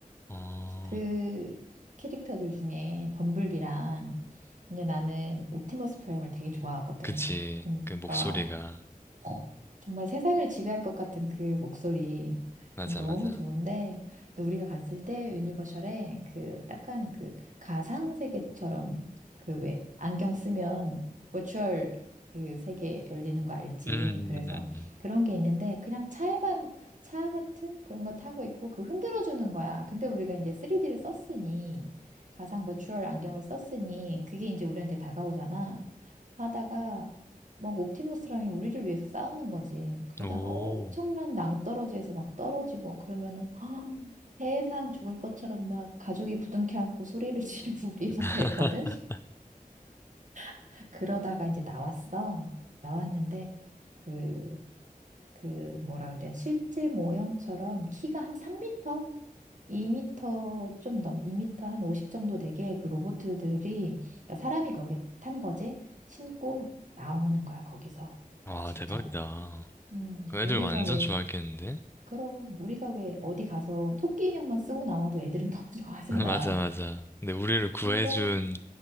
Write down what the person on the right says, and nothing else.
그 캐릭터들 중에 범블비랑 이제 나는 옵티머스 프라임을 되게 좋아하거든.
그,
어, 어, 정말 세상을 지배할 것 같은 그 목소리
너무
좋은데 근데 우리가 갔을 때 유니버셜에 그 약간 그 가상 세계처럼 그 왜 안경 쓰면 버추얼 그 세계 열리는 거 알지?
그래서
그런 게 있는데 그냥 차에만 차 같은 그런 거 타고 있고 그 흔들어 주는 거야. 근데 우리가 이제 3D를 썼으니 가상 버추얼 안경을 썼으니 그게 이제 우리한테 다가오잖아. 하다가 막 옵티머스랑이 우리를 위해서 싸우는 거지. 그러다가
엄청난 낭떠러지에서 막 떨어지고 그러면은 아, 세상 죽을 것처럼 막 가죽이 부둥켜 안고 소리를 지르고 우리
막 그랬거든. <laughs> 그러다가 이제 나왔어. 나왔는데 그, 그 뭐라 그래? 실제 모형처럼 키가 한 3미터? 2미터 좀 넘, 2미터 한 50 정도 되게 그 로봇들이 그러니까 사람이 거기에 탄 거지 신고 나오는 거야 거기서
진짜로.
음,
우리가
왜,
그럼, 우리가 왜 어디 가서 토끼 인형만 쓰고 나와도 애들은 <laughs> 너무 좋아하잖아.
근데,